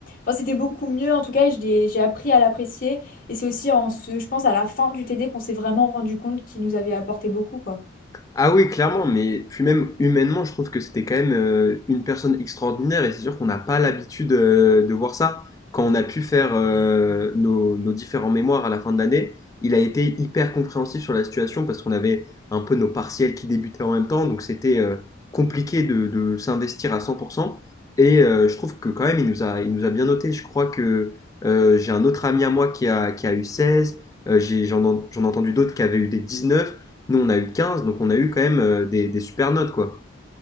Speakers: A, on the left; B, on the left.
A: Enfin, c'était beaucoup mieux. En tout cas, je l'ai- j'ai appris à l'apprécier. Et c'est aussi en ce, je pense, à la fin du TD qu'on s'est vraiment rendu compte qu'il nous avait apporté beaucoup, quoi.
B: Ah oui, clairement, mais puis même humainement, je trouve que c'était quand même euh, une personne extraordinaire et c'est sûr qu'on n'a pas l'habitude euh, de voir ça. Quand on a pu faire euh, nos, nos différents mémoires à la fin de l'année, il a été hyper compréhensif sur la situation parce qu'on avait un peu nos partiels qui débutaient en même temps, donc c'était euh, compliqué de, de s'investir à 100%. Et euh, je trouve que quand même, il nous a, il nous a bien noté. Je crois que euh, j'ai un autre ami à moi qui a, qui a eu 16. euh, j'ai, j'en, en- j'en ai entendu d'autres qui avaient eu des 19. Nous, on a eu 15, donc on a eu quand même euh, des, des super notes, quoi.